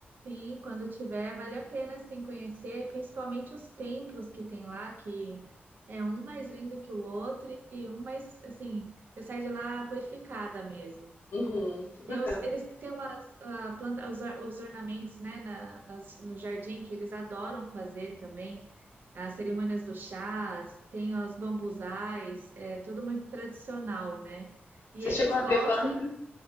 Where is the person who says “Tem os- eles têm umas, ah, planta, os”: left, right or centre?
Right